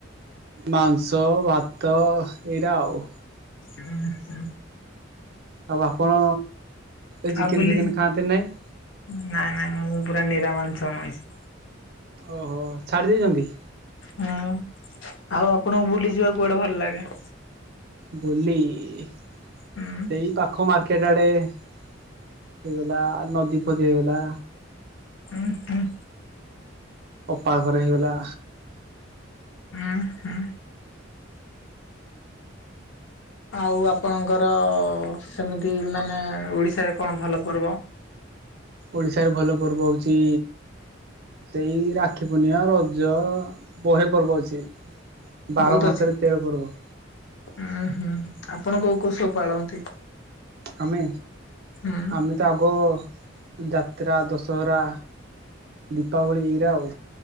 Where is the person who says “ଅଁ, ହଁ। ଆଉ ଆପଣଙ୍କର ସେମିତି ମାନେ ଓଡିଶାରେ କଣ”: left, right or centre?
Left